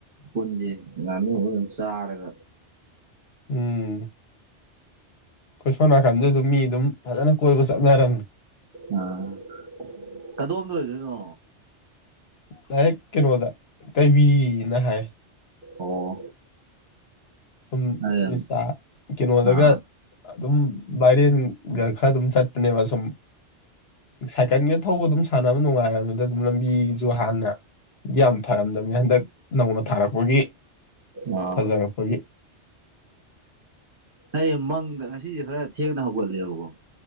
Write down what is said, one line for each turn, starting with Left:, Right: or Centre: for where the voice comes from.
Right: ꯄꯨꯟꯁꯤ ꯉꯥꯅꯨꯔ ꯀꯩꯅꯣꯝ ꯆꯥꯔꯒ
Left: ꯎꯝ ꯑꯈꯣꯏ ꯁꯣꯝ ꯅꯥꯀꯟꯗ ꯑꯗꯨꯝ ꯃꯤ ꯑꯗꯨꯝ ꯐꯖꯅ ꯀꯣꯏꯕ ꯆꯠꯅꯔꯝꯃꯤ
Right: ꯑꯥ ꯀꯗꯣꯝꯗ ꯑꯣꯏꯗꯣꯏꯅꯣ
Left: ꯗꯥꯢꯔꯦꯛꯇꯥꯔꯦ ꯀꯩꯅꯣꯗ ꯀꯩꯕꯤꯅ ꯍꯥꯏ
Right: ꯑꯣ
Left: ꯁꯨꯝ
Right: ꯑꯩ
Left: ꯏꯟꯁꯇꯥ ꯀꯩꯅꯣꯗꯒ
Right: ꯑꯥ
Left: ꯑꯗꯨꯝ ꯚꯥꯏꯔꯦꯟꯒ ꯈꯔ ꯑꯗꯨꯝ ꯆꯠꯄꯅꯦꯕ ꯁꯨꯝ ꯁꯥꯏꯀꯜꯒ ꯊꯧꯕ ꯑꯗꯨꯝ ꯁꯥꯟꯅꯕ ꯅꯨꯡꯉꯥꯏꯔꯝꯅꯤꯗ ꯑꯗꯨꯝ ꯂꯝꯕꯤꯁꯨ ꯍꯥꯟꯅ ꯌꯥꯝ ꯐꯔꯝꯗꯝꯅꯤ ꯍꯟꯗꯛ ꯅꯧꯅ ꯊꯥꯔꯛꯄꯒꯤ
Right: ꯑꯥ
Left: ꯐꯖꯔꯛꯄꯒꯤ
Right: ꯑꯩ ꯃꯪꯗ ꯉꯁꯤꯁꯦ ꯈꯔ ꯊꯦꯡꯅ ꯍꯧꯒꯠꯂꯦꯕꯀꯣ